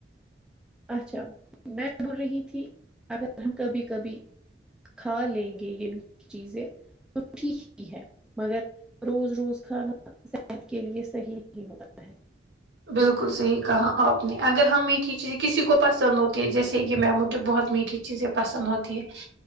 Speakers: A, in the centre; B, on the right.
A: اچھا میں بول رہی تھی اگر ہم کبھی کبھی کھا لیں گے یہ میٹھی چیزیں تو ٹھیک ہی ہے مگر روز روز کھانا صحت کے لیے صحیح نہیں ہوتا ہے
B: بالکل صحیح کہا آپ نے اگر ہم میٹھی چیزیں کسی کو پسند ہوتی ہے جیسے کہ میں مجھے بہت میٹھی چیزیں پسند ہوتی ہے